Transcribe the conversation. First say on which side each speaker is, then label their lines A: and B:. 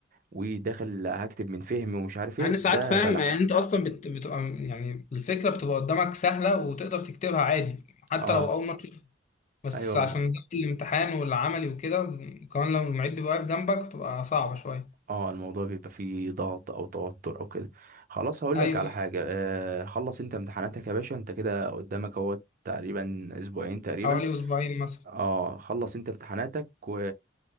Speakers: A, on the right; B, on the left.
A: وداخل هكتب من فهم ومش عارف
B: مع
A: ايه
B: ان ساعات
A: ده
B: فاهم
A: بلح
B: يعني انت اصلا بت... بتبقى يعني الفكره بتبقى قدامك سهله وتقدر تكتبها عادي حتى
A: اه
B: لو اول مره بس
A: ايوه
B: عشان جو الامتحان والعملي وكده وكمان لو المعيد بيبقى واقف جنبك بتبقى صعبة شوية
A: اه الموضوع بيبقى فيه ضغط او توتر او كده خلاص هقول
B: أيوة
A: لك على حاجه آه خلص انت امتحاناتك يا باشا انت كده قدامك اهو تقريبا اسبوعين تقريبا
B: حوالي أسبوعين مثلا
A: اه خلص انت امتحاناتك و...